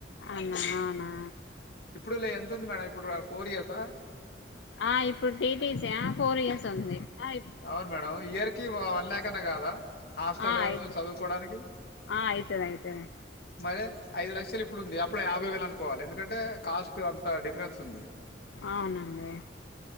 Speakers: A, on the left; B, on the left.
A: అవునా అవునా
B: ఇప్పుడు లే ఎంత ఉంది మేడం ఇప్పుడు ఫోర్ ఇయర్సా
A: ఆ ఇప్పుడు టీటీసియా ఫోర్ ఇయర్స్ ఉంది ఆ
B: అవును మేడం
A: ఫోర్
B: ఇయర్
A: ఇయర్స్
B: కి వన్ లాక్ కన కాదా హాస్టల్
A: ఆ అయితది
B: ను చదువుకోవడానికి
A: ఆ అయితది అయితది
B: మరి ఐదు లక్షలు ఇప్పుడుంది అప్పుడు యాభై వేలు అనుకోవాలి ఎందుకంటే కాస్ట్ అంత డిఫరెన్స్ ఉంది
A: అవునండి